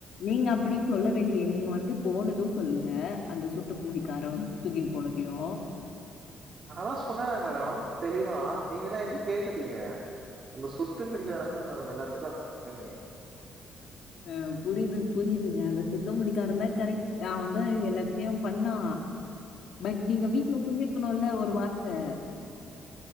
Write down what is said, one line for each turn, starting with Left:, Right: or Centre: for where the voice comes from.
Left: நீங்க அப்படின் சொல்லவேல்லியே நீங்க வந்து போனது சொல்லல அந்த சுருட்ட முடிக்காரவ் தூக்கின் போனதையு
Right: அததா சொன்னேல மேடோம் தெளிவா நீங்கதா எங்க கேக்குறீங்க அந்த சுருட்ட முடிகாரன்தா மேடம் எல்லாத்துக்கு காரணமே
Left: ஆ புரியுதுங் புரியுதுங்க அந்த சுருட்டமுடிக்காரன்தா கரெக்ட் அவந்தா எல்லாத்தையு பண்ணா பட் நீங்க வீட்ல சொல்லிருக்கணுல்ல ஒரு வார்த்த